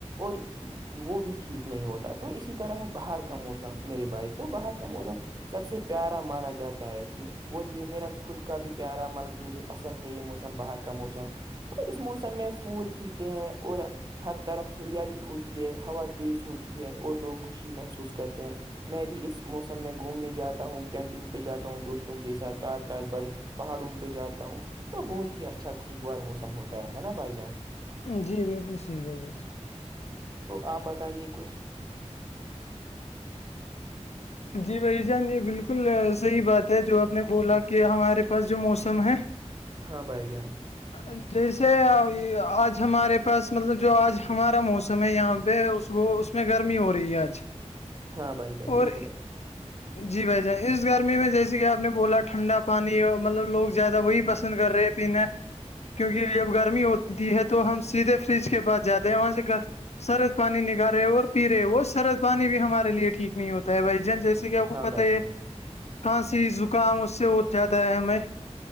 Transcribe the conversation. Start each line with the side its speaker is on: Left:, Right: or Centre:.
Right: اور وہ بھی ٹھیک نہیں ہوتا تو اسی طرح ہے باہر کا موسم میرے بھائی تو باہر کا موسم سب سے پیارا مانا جاتا ہے اور یہ میرا خود کا بھی پیارا مطلب کہ مجھے پسند ہے یہ موسم باہر کا موسم تو اس موسم میں پھول کھلتے ہیں اور ہر طرف ہریالی ہوتی ہے ہوا تیز ہوتی ہے اور لوگ خوشی محسوس کرتے ہیں میں بھی اس موسم میں گھومنے جاتا ہوں کیمپنگ پہ جاتا ہوں دوستوں کے ساتھ رات رات بھر پہاڑوں پہ جاتا ہوں تو بہت ہی اچھا خوشگوار موسم ہوتا ہے نا بھائی جان
Left: جی بالکل سیح بھائی جی <unintelligible>
Right: تو آپ بتائیے کچھ
Left: جی بھائی جان یہ بالکل صحیح بات ہے جو آپ نے بولا کہ ہمارے پاس جو موسم ہے
Right: ہاں بھائی جان
Left: ہاں جیسے آج ہمارے پاس مطلب جو آج ہمارا موسم ہے یہاں پہ اس اس میں گرمی ہو رہی ہے آج
Right: ہاں بھائی جان
Left: اور
Right: بالکل ہے
Left: جی بھائی جان اس گرمی میں جیسے کہ آپ نے بولا ٹھنڈا پانی ہے مطلب لوگ زیادہ وہی پسند کر رہے پینا کیونکہ جب گرمی ہوتی ہے تو ہم سیدھے فریج کے پاس جاتے ہیں وہاں سے سرد پانی نکال رہے اور پی رہے وہ سرد پانی بھی ہمارے لیے ٹھیک نہیں ہوتا ہے بھائی ج جیسے کہ آپ کو
Right: ہاں
Left: پت
Right: بھائی
Left: ہے
Right: جان
Left: کہاںسی زکام اس سے ہو جاتا ہے ہمیں